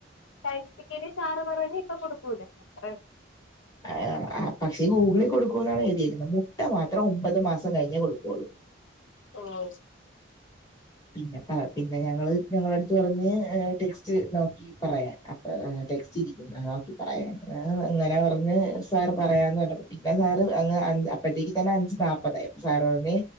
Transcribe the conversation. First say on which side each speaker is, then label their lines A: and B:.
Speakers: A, on the left; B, on the left.
A: പഠിപ്പിക്കണ സാറ് പറയാണ് ഇപ്പൊ കൊടുക്കൂല അത്ര
B: ആഹ് പക്ഷേ ഗൂഗിളിൽ കൊടുക്കുവെന്നാണ് എഴുതിയിരിക്കുന്നത് മുട്ട മാത്രം ഒമ്പത് മാസം കഴിഞ്ഞേ കൊടുക്കുള്ളൂ.
A: ഓഹ്
B: പിന്നെ പറ പിന്നെ ഞങ്ങള് ഞങ്ങളടുത്ത് പറഞ് ടെക്സ്റ്റ് നോക്കി പറയാൻ അപ്പ ടെക്സ്റ്റ് ഇരിക്കുന്നു നോക്കി പറയാൻ അങ്ങനെ പറഞ്ഞ് സാർ പറയാന്ന് പറഞ്ഞ പ്പോ സാറ് അങ്ങ് അഞ്ച് അപ്പഴത്തേക്ക് തന്നെ അഞ്ച് നാപ്പതായി സാറ് പറഞ്ഞ്